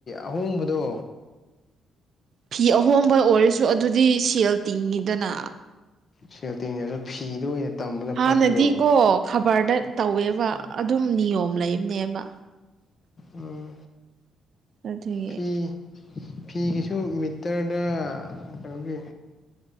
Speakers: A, on the left (about 40°); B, on the right (about 55°).
A: ꯑꯍꯣꯡꯕꯗꯣ
B: ꯐꯤ ꯑꯍꯣꯡꯕ ꯑꯣꯏꯔꯁꯨ ꯑꯗꯨꯗꯤ ꯁꯦꯜ ꯇꯤꯡꯉꯤꯗꯅ
A: ꯁꯦꯜ ꯇꯤꯡꯉꯁꯨ ꯐꯤꯗ ꯑꯣꯏꯅ ꯇꯝꯕꯅ
B: ꯍꯥꯟꯅꯗꯤꯀꯣ
A: ꯐꯠꯇ꯭ꯔꯣ
B: ꯈꯕꯔꯗ ꯇꯧꯋꯦꯕ ꯑꯗꯨꯝ ꯅꯤꯌꯣꯝ ꯂꯩꯕꯅꯦꯕ
A: ꯎꯝ
B: ꯑꯗꯨꯒꯤ
A: ꯐꯤ ꯐꯤꯒꯤꯁꯨ ꯃꯤꯇꯔꯗ ꯀꯩꯅꯣꯒꯤ